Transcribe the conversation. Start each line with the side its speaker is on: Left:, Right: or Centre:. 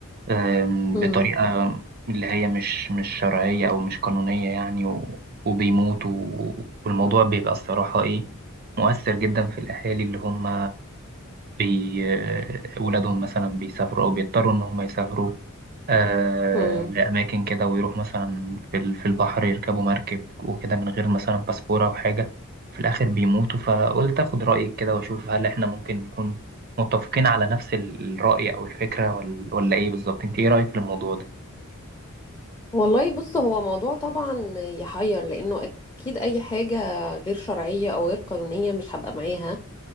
Right: آم،
Left: امم
Right: بطريقة اللي هي مش مش شرعية او مش قانونية يعني و... وبيموتوا و... والموضوع بيبقى الصراحة ايه مؤثر جدا في الاهالي اللي هم بي... آه، ولادهم مثلا بيسافروا او بيضطروا ان هم يسافروا آه
Left: امم
Right: لأماكن كده ويروح مثلا في ال- في البحر يركبوا مركب وكده من غير مثلا باسبورة أو حاجة في الآخر بيموتوا فقلت أخد رأيك كده وأشوف هل إحنا ممكن نكون متفقين على نفس ال- الرأي أو الفكرة ولا, ولا إيه بالظبط أنت إيه رأيك في الموضوع ده؟
Left: والله بص هو موضوع طبعا يحير لانه اكيد اي حاجه غير شرعيه او غير قانونيه مش هبقى معاها